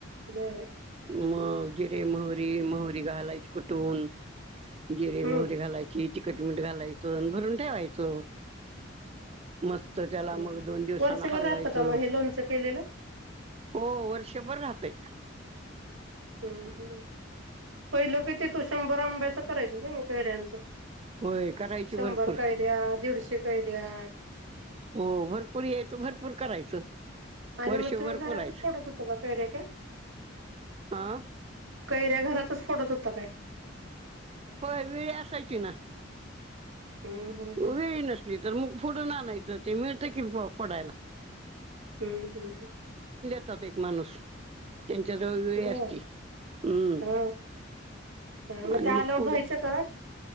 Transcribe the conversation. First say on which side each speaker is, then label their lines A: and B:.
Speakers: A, on the right; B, on the right.
A: बर
B: मग. जिरे मोहरी-मोहरी घालायची कुटून. जिरे
A: हम्म
B: मोहरी घालायची. तिखट-मीठ घालायचं आणि भरून ठेवायचं. मस्त त्याला
A: हम्म
B: मग दोन दिवसान
A: वर्षभर
B: हालवायचं.
A: राहतं का मग हे लोणचं केलेलं
B: हो वर्षभर राहतय.
A: हम्म. हम्. पहिलं किती तू शंभर आंब्याचं करायच. ना कैऱ्यांचं.
B: होय करायची
A: शंभर
B: भरपूर
A: कैऱ्या. दीडशे काय कैऱ्या.
B: हो भरपूर यायचं. भरपूर करायचं.
A: आणि
B: वर्षभर
A: मग तुम्ही घरातच
B: पुरायचं
A: फोडत होता का कैऱ्या त्या?
B: हा
A: कैऱ्या घरातच फोडत होता काय?
B: होय विळी असायची ना.
A: हम्म हम्म हम्म
B: वेळी नसली तर मग फोडूनआणायचं. ते मिळते की फोडायला.
A: हम्म. हम्म. हम्म.
B: एक माणूस त्यांच्या जवळ वेळी
A: हम्म बर
B: असती हम्.
A: हा हा
B: आणि
A: त्या
B: मग
A: आल्यावर
B: पुढ
A: धुवायच्या का